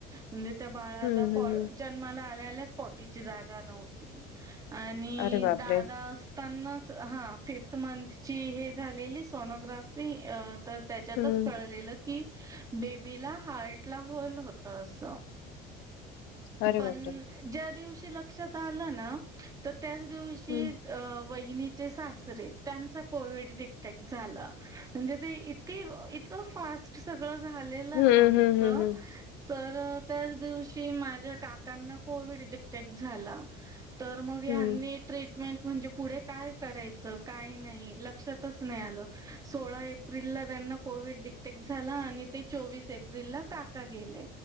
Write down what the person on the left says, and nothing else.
हम्म
हम्म हं.
अरे बापरे!
हम्म.
अरे
बापरे!
हं.
हं
हं हं हं.
हं.